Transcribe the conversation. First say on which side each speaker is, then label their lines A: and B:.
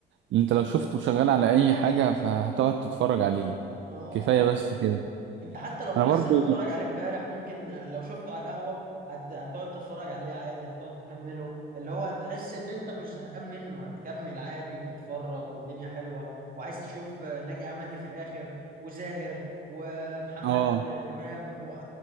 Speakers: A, on the right; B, on the right.
A: اللي انت لو شفته شغال على اي حاجة فهتقعد تتفرج عليه
B: اه
A: كفاية بس كده
B: انت حتى لو هو
A: انا
B: لسه
A: برضو
B: متفرج عليه امبارح ممكن آه، لو شفته على القهوة هت... هتقعد تتفرج عليه عادي هتقعد تكمله اللي هو هتحس ان انت مش زهقان منه هتكمل عادي وتتفرج والدنيا حلوة وعايز تشوف آه، ناجي عمل ايه في الاخر وزاهر ومحمد
A: اه
B: آه، امام و...